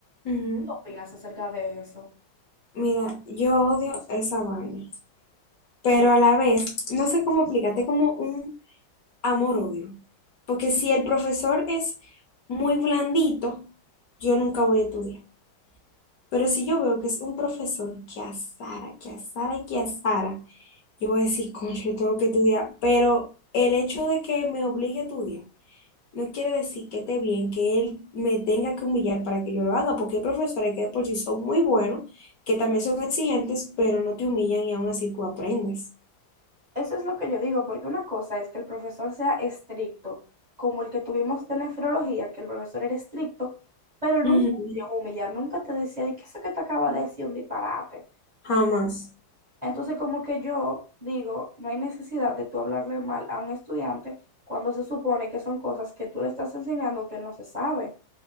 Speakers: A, on the left; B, on the right.
A: Ujú.
B: ¿Qué tú opinas acerca de eso?
A: Mira, yo odio esa vaina, pero a la vez, no sé cómo explicarte, como un amor-odio. Porque si el profesor es muy blandito, yo nunca voy a estudiar. Pero si yo veo que es un profesor que azara, que azara y que azara, yo voy a decir, concho, yo tengo que estudiar. Pero el hecho de que me obligue a estudiar, No quiere decir que esté bien que él me tenga que humillar para que yo lo haga, porque hay profesores que de por sí son muy buenos, que también son exigentes, pero no te humillan y aún así tú aprendes.
B: Eso es lo que yo digo, porque una cosa es que el profesor sea estricto, como el que tuvimos de nefrología, que el profesor era estricto, pero nunca
A: Ujú.
B: te llegó a humillar, nunca te decía, ¿y qué es eso que te acaba de decir un disparate?
A: Jamás.
B: Entonces, como que yo digo, no hay necesidad de tú hablarle mal a un estudiante cuando se supone que son cosas que tú le estás enseñando que él no se sabe